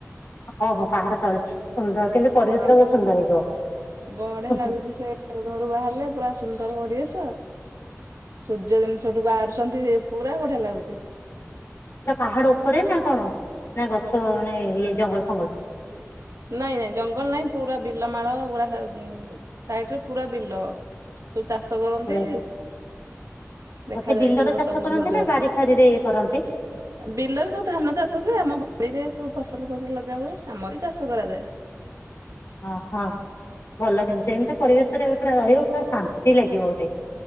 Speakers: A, on the left; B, on the right.
A: ଓହୋ ପାହାଡ଼ ତଳେ ସୁନ୍ଦର କିନ୍ତୁ ପରିବେଶ
B: ହଁ।
A: ଟା ବହୁତ ସୁନ୍ଦର ହେଇଥିବ।
B: ବଢିଆ ଲାଗୁଛି ସେ ଘରୁ ବାହାରିଲେ ପୁରା ସୁନ୍ଦର ପରିବେଶ ସୂର୍ଯ୍ୟ ଯେମିତି ସେଠୁ ବାହାରୁଛନ୍ତି ପୁରା ବଢିଆ ଲାଗୁଛି।
A: ପୁରା ପାହାଡ ଉପରେ ନା କଣ ନା ଗଛ ମାନେ ଇଏ ଜଙ୍ଗଲ ଫଙ୍ଗଲ।
B: ନାଇଁ ନାଇଁ ଜଙ୍ଗଲ ନାଇଁ ପୁରା ବିଲ ମାଳ ପୁରା ସାଇଡରେ ପୁରା ବିଲ। ସବୁ ଚାଷ କରନ୍ତି।
A: ପୁରା
B: ଦେଖାଯାଏ
A: ସେ ବିଲରେ
B: ସବୁ
A: ଚାଷ
B: ସବୁଜ
A: କରନ୍ତି
B: ସବୁଜ
A: ନା
B: ଗଛରେ।
A: ବାଡି ଫାରି ରେ ଇଏ କରନ୍ତି।
B: ବିଲରେ ସବୁ ଧାନ ଚାଷ ହୁଏ ଆମ ବାଡ଼ିରେ ସବୁ ଫସଲ ଫସଲ ଲଗା ହୁଏ। ଆମରି ଚାଷ କରାଯାଏ।
A: ହଁ ହଁ ଭଲ କିନ୍ତୁ ସେମିତି ପରିବେଶରେ ପୁରା ରହିବ ପୁରା ଶାନ୍ତି ଲାଗିବ ଗୋଟେ।